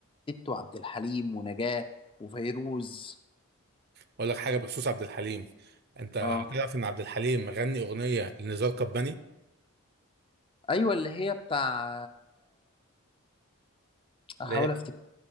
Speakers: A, on the left; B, on the right.
A: لست وعبد الحليم ونجاة وفيروز
B: اقول لك حاجه بخصوص عبد الحليم انت هتعرف
A: اه
B: ان عبد الحليم غني اغنيه لنزار قباني
A: ايوه اللي هي بتاع احاول
B: ليه